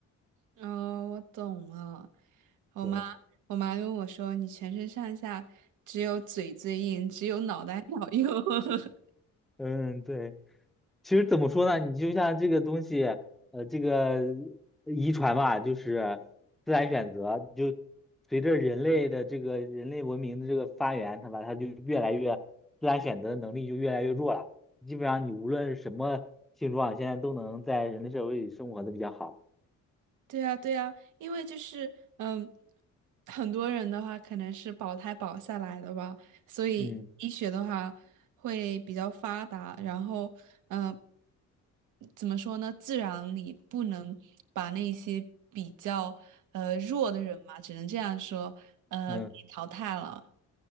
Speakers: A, on the right; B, in the centre.
A: 哦，我懂了。我妈，
B: 对，
A: 我妈跟我说，你全身上下只有嘴最硬，只有脑袋好用。<laughs>
B: 嗯，对。其实怎么说呢？你就像这个东西，呃，这个遗传嘛，就是自然选择，就随着人类的这个人类文明的这个发源，它吧，它就越来越自然选择的能力就越来越弱了。基本上你无论是什么性状，现在都能在人类社会里生活的比较好。
A: 对啊，对啊，因为就是嗯，很多人的话可能是保胎保下来的吧，所以医学的话会比较发达。
B: 嗯
A: 然后，嗯、怎么说呢？自然你不能把那些比较呃弱的人嘛，只能这样说，呃，
B: 嗯。
A: 给淘汰了。